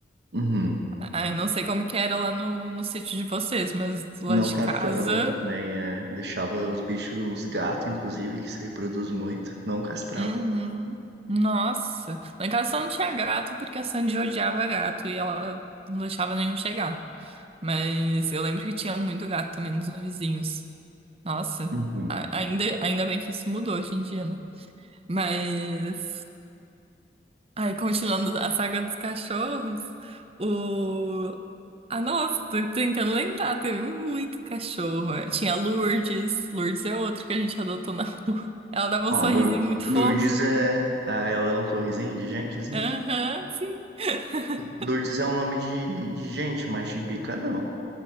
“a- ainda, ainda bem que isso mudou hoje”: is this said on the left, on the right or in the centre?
Right